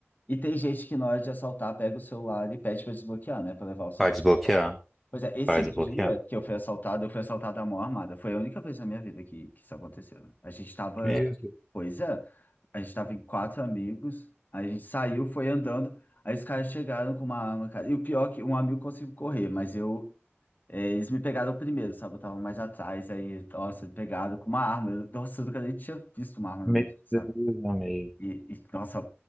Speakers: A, on the left; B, in the centre.
A: E tem gente que na hora de assaltar pega o celular e pede para desbloquear, né? Para levar o celular
B: vai desbloquear,
A: assaltado. Pois é, esse
B: vai desbloquear.
A: dia que eu fui assaltado, eu fui assaltado à mão armada. Foi a única vez na minha vida que, que isso aconteceu. né? A gente tava,
B: Meu Deus,
A: pois é, a gente tava em quatro amigos, a gente saiu, foi andando, aí os caras chegaram com uma arma, cara. E o pior é que um amigo conseguiu correr, mas eu, é, eles me pegaram primeiro, sabe? Eu tava mais atrás, aí, nossa, pegaram com uma arma. Eu- Nossa, eu nunca nem tinha visto uma arma na
B: meu
A: minha vida, sabe?
B: Deus, amigo.
A: E, e, nossa,